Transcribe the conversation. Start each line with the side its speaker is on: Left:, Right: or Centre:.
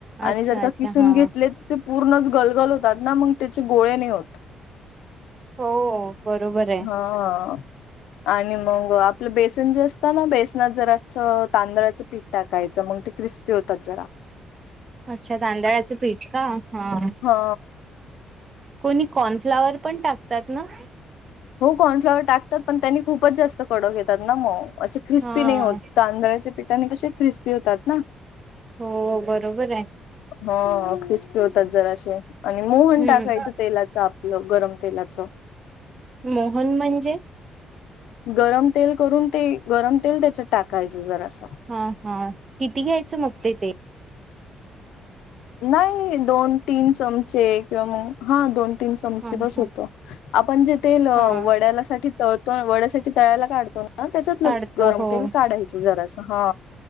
Right: अच्छा
Left: आणि जर का
Right: अच्छा
Left: खिसून
Right: हा.
Left: घेतले त पूर्णच गलगल होतात ना मग त्याचे गोळे नाही होत.
Right: हो बरोबर आहे.
Left: अह आणि मग आप आपलं बेसन जे असत ना बेसनात जरा असं तांदळाचं पीठ टाकायचं क्रिस्पी होतात जर
Right: अच्छा तांदळाचं पीठ का हा.
Left: ओ
Right: कोणी कॉर्नफ्लावर पण टाकतात ना?
Left: हो कॉर्नफ्लाॉवर टाकतात पण त्यांनी खूपच जास्त कडक येतात ना मग. असे क्रिस्पी
Right: हा
Left: नाही होत तांदळाच्या पिठाने कसे क्रिस्पी होतात ना.
Right: हो बरोबर आहे.
Left: हो ख्रिस्पी होतात जरासे, आणि मोहन
Right: हम्म
Left: टाकायचं तेलात. आपलं गरम तेलाच.
Right: मोहन म्हणजे?
Left: गरम तेल करून ते गरम तेल त्याच्यात टाकायचं जरा असं.
Right: हा हा किती घ्यायचं मग ते तेल?
Left: नाही दोन तीन चमचे किंवा मग हा दोन. दोन तीन चमचे
Right: हा
Left: बस
Right: हा
Left: होत आपण जे ते
Right: हा
Left: वड्याला साठी तळ वड्यासाठी तळायला काढतो ना त्याच्यातलंच
Right: काढतो
Left: गरम
Right: हो
Left: तेल काढायचं जरास हा.